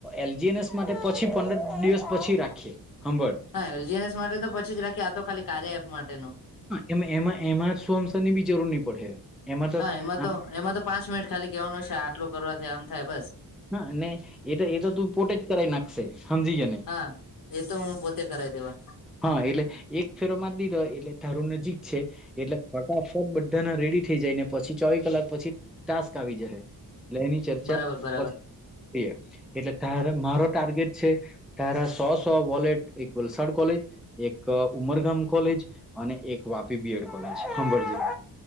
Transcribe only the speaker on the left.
હા એલજીએનએસ માટે તો પછી જ રાખી તો ખાલી કાર્ય એપ માટેનું
હા
તો એમાં તો પાંચ મિનટ ખાલી કેવાનું છે આટલું કરવાથી આમ થાય બસ
હા એ તો હું પોતે કરાવ દેવા
બરાબર બરાબર